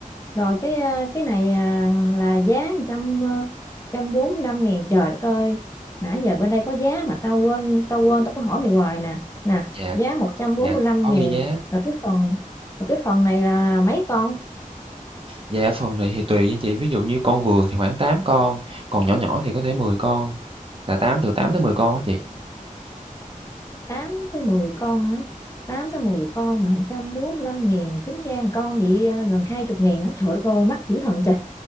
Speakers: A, on the left; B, on the right.
A: rồi cái ờ, cái này à, là giá trăm ờ, trăm bốn mươi lăm ngàn trời đất ơi nãy giờ bên đây có giá mà tao quên tao quên tao có hỏi mày hoài nè nè
B: Dạ,
A: giá một trăm bốn
B: dạ,
A: mươi lăm
B: có
A: ngàn
B: ghi giá.
A: rồi cái phần rồi cái phần này là mấy con
B: Dạ, phần này thì tùy nha chị, ví dụ như con vừa thì khoảng 8 con, còn nhỏ nhỏ thì có thể mười con, là 8 từ tám tới 10 con á chị.
A: tám tới mười con hả tám tới mười con mà một trăm bốn mươi lăm ngàn tính ra một con vậy à, gần hai chục ngàn á trời đất ơi mắc dữ thần trời